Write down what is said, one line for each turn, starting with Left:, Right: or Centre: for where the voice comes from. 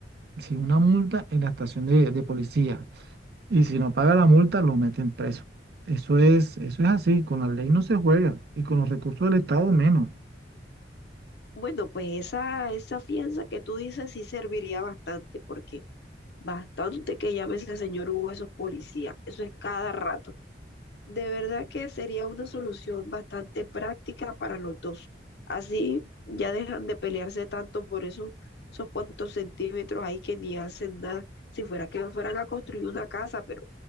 Right: sí, una multa en la estación de de policía. Y si no paga la multa, lo meten preso. Eso es, eso es así, con la ley no se juega y con los recursos del Estado menos.
Left: Bueno, pues esa, esa fianza que tú dices sí serviría bastante, porque bastante que llame ese señor Hugo a esos policías, eso es cada rato. De verdad que sería una solución bastante práctica para los dos. Así ya dejan de pelearse tanto por eso, esos cuantos centímetros ahí que ni hacen nada. Si fuera que fueran a construir una casa, pero